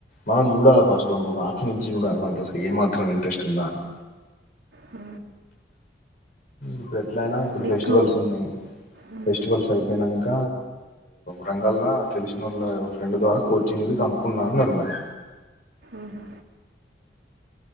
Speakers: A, on the left; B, on the right.
A: మనం చూడాలి ఫస్ట్ మనకు ఒక ఆప్షన్ ఇచ్చి చూడాలి మనకి అసలు ఏ మాత్రం ఇంట్రెస్ట్ ఉందా అని
B: ఉ
A: ఇప్పుడు ఎట్లయినా ఇప్పుడు
B: నీకు
A: ఫెస్టివల్స్ ఉన్నాయి
B: మ్మ్.
A: ఫెస్టివల్స్ అయిపోయినాంక రంగాల్ల తెలిసిన వాళ్ళ ఫ్రెండ్ ద్వారా కోచింగ్ కనుకున్నా అన్నాడు మరి
B: ఉహు